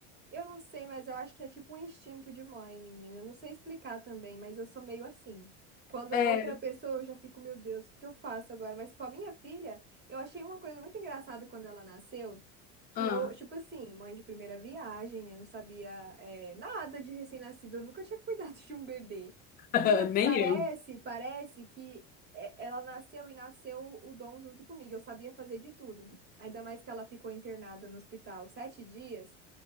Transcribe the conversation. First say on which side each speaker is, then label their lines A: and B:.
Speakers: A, on the right; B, on the left.
A: Eu não sei, mas eu acho que é tipo um instinto de mãe, menina. Eu não sei explicar também, mas eu sou meio assim. Quando
B: É,
A: é outra pessoa, eu já fico, meu Deus, o que que eu faço agora? Mas se for a minha filha, eu achei uma coisa muito engraçada quando ela nasceu, que
B: ah,
A: eu, tipo assim, mãe de primeira viagem, né? eu não sabia, é, nada de recém-nascido, eu nunca tinha cuidado <laughs> de um bebê.
B: <laughs>
A: Menina, parece,
B: Nem eu.
A: parece que é, ela nasceu e nasceu o dom junto comigo. Eu sabia fazer de tudo. Ainda mais que ela ficou internada no hospital sete dias.